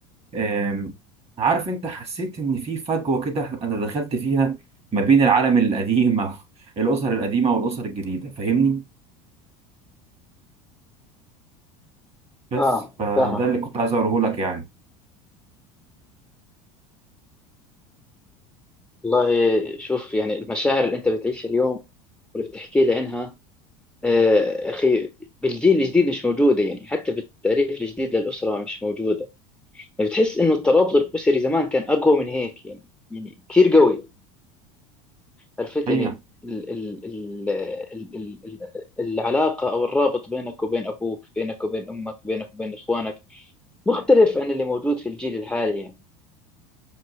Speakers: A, on the right; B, in the centre.
A: أم، عارف انت حسيت ان في فجوة كده إحنا- انا دخلت فيها ما بين العالم القديم <laughs> أو الاسر القديمة والاسر الجديدة فاهمني بس
B: اه
A: فده
B: فاهمك
A: اللي كنت عايز اقوله لك يعني
B: والله شوف يعني المشاعر اللي انت بتعيشها اليوم واللي بتحكي لي عنها آه اخي بالجيل الجديد مش موجوده يعني حتى بالتعريف الجديد للاسره مش موجوده يعني بتحس انه الترابط الاسري زمان كان اقوى من هيك يعني يعني كثير قوي عرفت
A: اي
B: يعني ال ال ال ال ال العلاقه او الرابط بينك وبين ابوك بينك وبين امك بينك وبين اخوانك مختلف عن اللي موجود في الجيل الحالي يعني